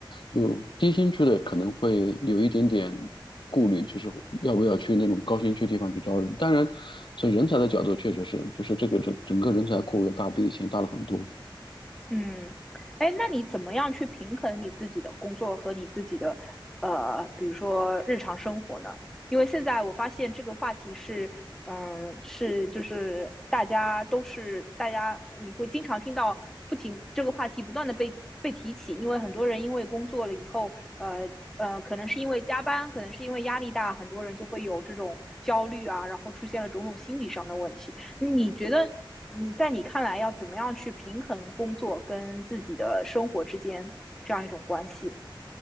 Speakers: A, on the left; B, in the centre.
A: 有低新区的可能会有一点点顾虑，就是要不要去那种高新区地方去招人。当然，从人才的角度，确实是，就是这个整整个人才库要大比以前大了很多。
B: 嗯，哎，那你怎么样去平衡你自己的工作和你自己的呃，比如说日常生活呢？因为现在我发现这个话题是，嗯，是就是大家都是大家，你会经常听到不停这个话题不断的被被提起，因为很多人因为工作了以后，呃呃，可能是因为加班，可能是因为压力大，很多人就会有这种焦虑啊，然后出现了种种心理上的问题。你觉得你在你看来要怎么样去平衡工作跟自己的生活之间这样一种关系？